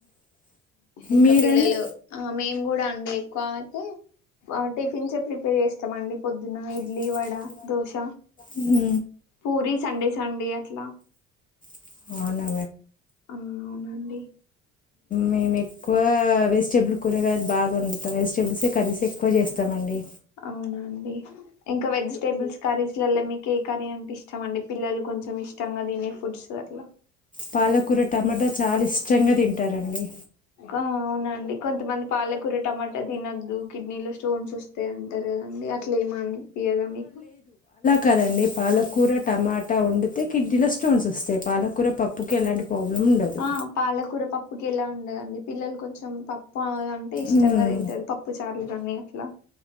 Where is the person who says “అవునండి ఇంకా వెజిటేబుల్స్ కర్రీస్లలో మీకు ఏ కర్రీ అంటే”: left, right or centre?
Left